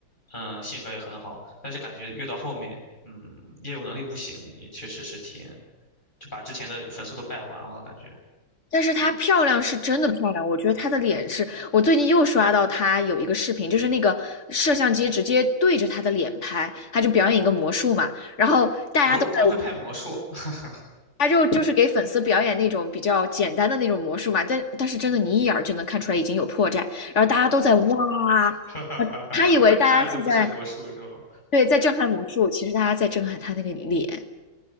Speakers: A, on the left; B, on the left.
A: 嗯，性格也很好，但是感觉越到后面，嗯，业务能力不行，也确实是挺，就把之前的粉丝都败完了感觉。
B: 但是她漂亮是真的漂亮，我觉得她的脸是我最近又刷到她有一个视频，就是那个摄像机直接对着她的脸拍，她就表演一个魔术嘛，然后大家都在
A: 然后他会拍魔术，<laughs>
B: 他就就是给粉丝表演那种比较简单的那种魔术嘛，但但是真的你一眼儿就能看出来已经有破绽，然后大家都在哇，
A: 哈哈哈哈，
B: 呃他以为大家是在
A: 看的都不是魔术是吗？
B: 对在震撼魔术，其实大家在震撼他那个脸。